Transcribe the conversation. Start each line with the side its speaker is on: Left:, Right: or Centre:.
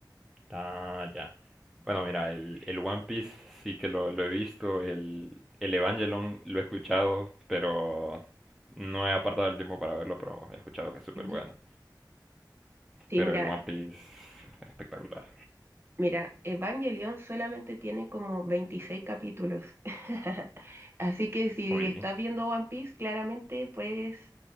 Centre: ah, ya. Bueno, mira, el, el One Piece sí que lo, lo he visto, el, el Evangelion lo he escuchado, pero no he apartado el tiempo para verlo, pero he escuchado que es súper
Right: Ujú.
Centre: bueno.
Right: Sí,
Centre: Pero
Right: mira,
Centre: el One Piece, espectacular.
Right: Mira, Evangelion solamente tiene como 26 capítulos. <laughs> Así que si
Centre: Oye,
Right: estás viendo One Piece, claramente puedes